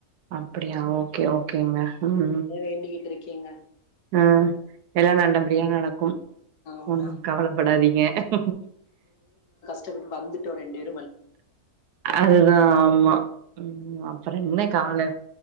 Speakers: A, on the right; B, on the left.
A: அப்புடியா ஓகே ஓகேங்க ம்
B: அதா வேண்டிகிட்டு இருக் கீங்க
A: ஆ எல்லா நல்லபடியா நடக்கு
B: ஆமா.
A: ஒன்னு கவலப்படாதீங் ங்க <inaudible>
B: டப்பட்டு வந்துட்டோ ரெண்டு பே
A: அதுதா ஆமா ம் அப்புற என்ன கவல